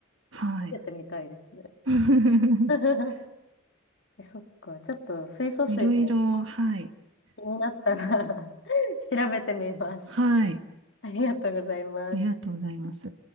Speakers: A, on the right; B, on the left.
A: はい。
B: 食べてみたいですね。
A: <laughs>
B: <laughs> え、そっか。ちょっと水素水も
A: いろいろ、はい。
B: 気になったら <laughs> 調べてみます。
A: はい。
B: ありがとうございます。
A: ありがとうございます。